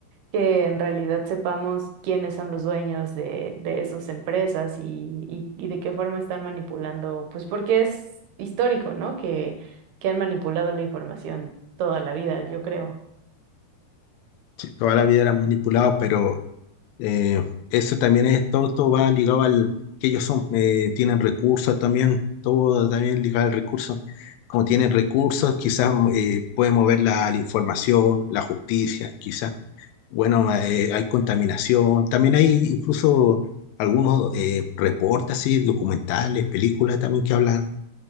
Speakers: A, on the right (about 70°); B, on the left (about 80°).
A: que en realidad sepamos quiénes son los dueños de, de esas empresas y, y- y de qué forma están manipulando, pues porque es histórico, ¿no? Que, que han manipulado la información toda la vida, yo creo.
B: Sí, toda la vida la han manipulado, pero Eh, eso también es, todo, todo va ligado al que ellos son, eh, tienen recursos también, todo también ligado al recurso. Como tienen recursos, quizás eh, pueden mover la, la información, la justicia, quizás. Bueno, eh, hay contaminación. También hay incluso algunos eh, reportes así, documentales, películas también que hablan